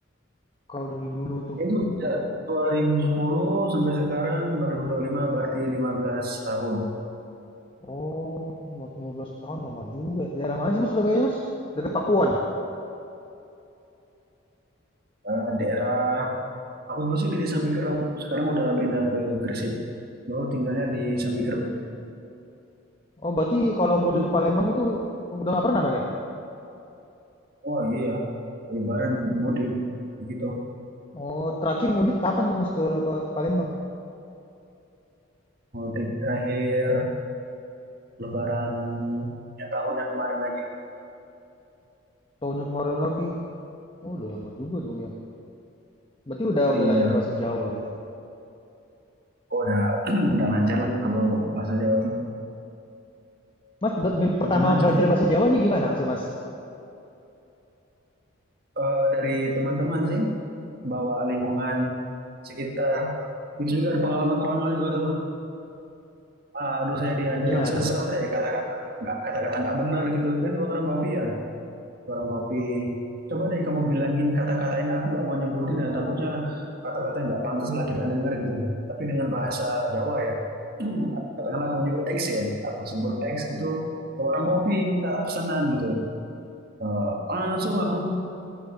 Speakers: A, on the left; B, on the right.
A: Kalau dari dulu tuh.
B: Itu sejak 2010 sampai sekarang dua dua ribu dua puluh lima berarti 15 tahun.
A: Oh, Mas 15 tahun lama juga. Daerah mana sih Mas Surabaya Mas? Dekat Pakuan.
B: Eh, daerah aku dulu sih di Desa Bikrep, sekarang udah pindah ke Gresik. Dulu tinggalnya di Sambikrep.
A: Oh, berarti kalau mudik
B: Ya.
A: ke Palembang itu udah nggak pernah dong ya?
B: Oh iya, Lebaran mudik gitu.
A: Oh, terakhir mudik kapan tuh Mas ke Pa- Palembang?
B: Mudik terakhir Lebaran yang tahunnya kemarin lagi.
A: Tahunnya kemarin lagi. Oh, udah lama juga dong ya. Berarti udah udah
B: Iya,
A: lancar bahasa Jawa gitu ya.
B: oh, udah <clears throat> udah lancar lah kalau bahasa Jawa tuh
A: Mas, buat mem- pertama
B: macam-macam.
A: belajar bahasa Jawanya gimana Mas? Mas?
B: Eh, dari teman-teman sih, bawa lingkungan sekitar. Itu juga ada pengalaman konyol juga tuh. ah, aduh saya diajarin
A: Gimana
B: sesat
A: tuh Mas?
B: ya kata-kata nggak kata-kata nggak benar gitu kan warung kopi ya warung kopi coba deh kamu bilangin kata-katain aku nggak mau nyebutin ya takutnya kata-kata yang nggak pantas lah kita dengar gitu tapi dengan bahasa Jawa ya <clears throat> katakanlah aku nyebut X ya aku sebut X gitu ke warung kopi minta pesanan gitu Eh, langsung aku